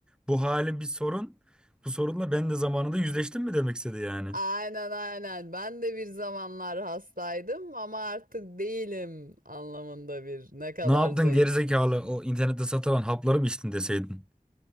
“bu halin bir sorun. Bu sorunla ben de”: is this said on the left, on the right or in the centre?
Centre